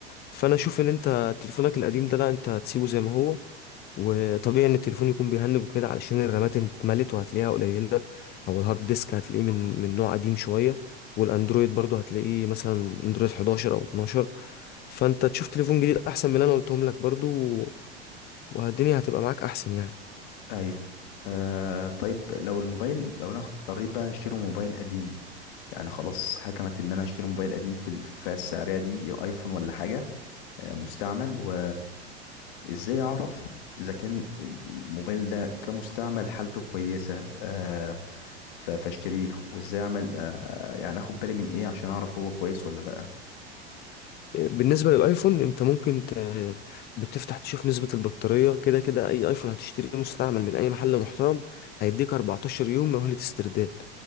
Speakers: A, on the left; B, on the left.
A: فانا اشوف ان انت تليفونك القديم ده لا انت هتسيبه زي ما هو وطبيعي ان التليفون يكون بيهنج وكده علشان الرامات اتملت وهتلاقيها قليله او الهارد ديسك هتلاقيه من من نوع قديم شويه والاندرويد برضو هتلاقيه مثلا اندرويد 11 او 12 فانت تشوف تليفون جديد احسن من اللي انا قلتهم لك برضو والدنيا هتبقى معاك احسن يعني
B: ايوه آه طيب لو الموبايل لو انا اضطريت بقى اشتري موبايل قديم يعني خلاص حكمت ان انا اشتري موبايل قديم في ال- في الفئة السعرية دي ايفون ولا حاجة آه مستعمل و... ازاي اعرف اذا كان الموبايل ده كمستعمل حالته كويسة آه ف- فاشتريه وازاي اعمل آه يعني اخد بالي من ايه عشان اعرف هو كويس ولا لا
A: بالنسبة للايفون انت ممكن ت... بتفتح تشوف نسبة البطارية كده كده اي ايفون هتشتريه مستعمل من اي محل محترم هيديك 14 يوم مهلة استرداد